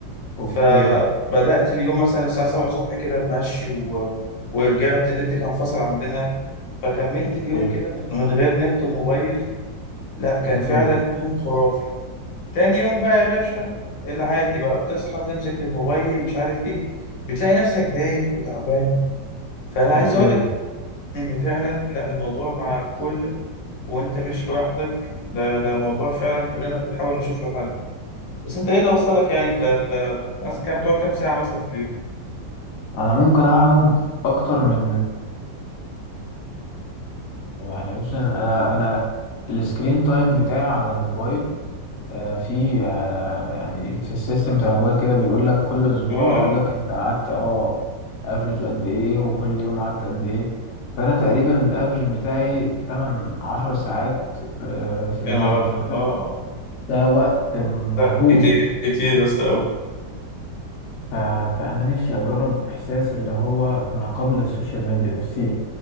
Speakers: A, on the left; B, on the left.
A: اوكي
B: فبدأت اليوم مثلا الساعة 7 الصبح كده بمشي و... ورجعت النت كان فاصل عندنا فكملت
A: اوكي
B: اليوم كده من... من غير نت وموبايل لا كان
A: اوكي
B: فعلا يوم خرافي تاني يوم بقى يا باشا العادي بقى بتصحى تمسك الموبايل مش عارف ايه بتلاقي نفسك دايخ وتعبان فانا عايز
A: اوكي
B: اقول لك ان فعلا لا الموضوع مع الكل وانت مش لوحدك ده ده موضوع فعلا كلنا بنحاول نشوف له حل بس انت ايه اللي وصلك يعني انت انت مثلا كام بتقعد كام ساعة مثلا في اليوم؟
A: انا ممكن اقعد اكتر من يعني مثلا انا انا السكرين تايم بتاعي على الموبايل آه، في آه، يعني في السيستم بتاع الموبايل كده بيقول لك كل اسبوع
B: اه اه
A: بيقول لك انت قعدت اه افريج قد ايه وكل يوم قعدت قد ايه فانا تقريبا الافريج بتاعي 8 10 ساعات آه، في اليوم
B: يا نهار ابيض
A: فده
B: اه اه
A: ده وقت مهول
B: لا كتير كتير يا اسطى قوي
A: ف- فانا نفسي اجرب احساس اللي هو ما قبل السوشيال ميديا نفسي